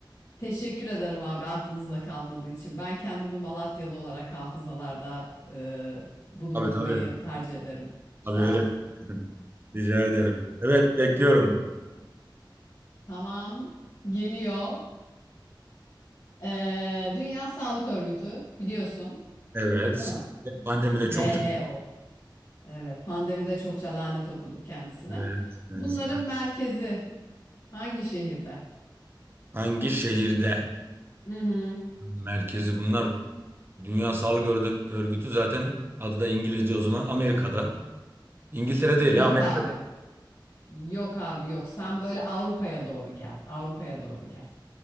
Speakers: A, on the left; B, on the right.
A: Teşekkür ederim abi aklınızda kalmadığı için. Ben kendimi Malatyalı olarak hafızalarda e, bulundurmayı
B: Tabii tabii.
A: tercih ederim.
B: Tabii
A: Sağ
B: öyle.
A: ol.
B: Rica ederim. Evet bekliyorum.
A: Tamam. Geliyor. E, Dünya Sağlık Örgütü biliyorsun,
B: Evet.
A: değil mi?
B: Pandemi de
A: WHO.
B: çok çok
A: Evet, pandemide çokça lanet okuduk kendisine.
B: Evet, kendisi.
A: Bunların merkezi hangi şehirde?
B: Hangi şehirde?
A: Hı hı.
B: Merkezi bunlar. Dünya Sağlık Örgü- Örgütü zaten adı da İngilizce o zaman Amerika'da. İngiltere değil
A: Yok
B: ya Amerika.
A: abi. Yok abi yok. Sen böyle Avrupa'ya doğru gel. Avrupa'ya doğru gel.